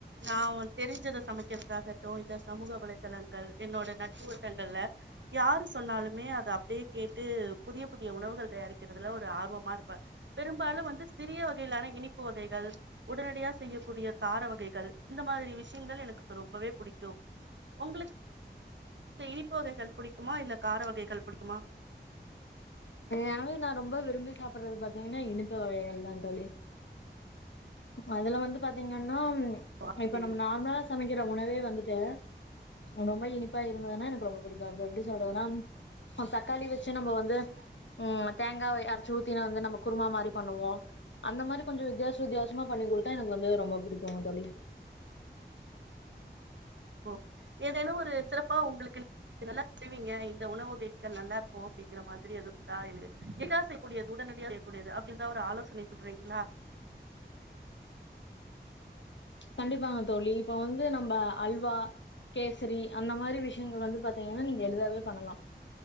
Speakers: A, on the right (about 80°); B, on the left (about 85°).
A: நான் தெரிஞ்சதை சமைக்கிறதாகட்டும் இல்ல சமூக வலைதளங்கள் என்னோட நட்புவட்டங்கள்ல யாரு சொன்னாலுமே அதை அப்படியே கேட்டு புதிய புதிய உணவுகள் தயாரிக்கிறதுல த்த ஆர்வமா இருப்ப பெரும்பாலு வந்து சிறிய வகையிலான இனிப்பு வகைகள் உடனடியா செய்யக்கூடிய கார வகைகள் இந்த மாதிரி விஷயங்கள் எனக்கு ரொம்பவே பிடிக்கும் உங்களுக்கு இனிப்பு வகைகள் பிடிக்குமா இல்ல கார வகைகள் பிடிக்குமா
B: அதும் நா ரொம்ப விரும்பி சாப்டுறது பாத்தீங்கன்னா இனிப்பு வகைகள் தா தோழி அதுல வந்து பாத்தீங்கன்னா
A: அப்டிங்
B: இப்ப நம்ம நார்மலா சமைக்கிற உணவே வந்து வந்துட்ட ரொம்ப இனிப்பா இருந்ததுனா எனக்கு ரொம்ப பிடிக்கும் அது எப்டி சொல்றதுன்னா ஆ தக்காளி வச்சி நம்ம வந்து ம் தேங்காவய அரச்சி ஊத்தினா வந்து நம்ம குருமா மாரி பண்ணுவோம் அந்த மாரி கொஞ்சம் வித்தியாச வித்தியாசமா பண்ணி் கொடுத்தா எனக்கு வந்து ரொம்ப பிடிக்கும் தோழி
A: ஓ ஏதேனும் ஒரு சிறப்பா <unintelligible> இந்த உணவு வகைகள் நல்லா இருக்கூ அப்டிங்கிற மாதிரி எதுவும் <unintelligible> உடனடியா செய்யக்கூடியது அப்டி இருந்தா ஒரு ஆலோசனை சொல்றீங்களா
B: கண்டிப்பாங்க தோழி இப்ப வந்து நம்ப அல்வா கேசரி அந்த மாரி விஷயங்கள் வந்து பாத்தீங்கன்னா நீங்க எளிதாவே பண்ணலா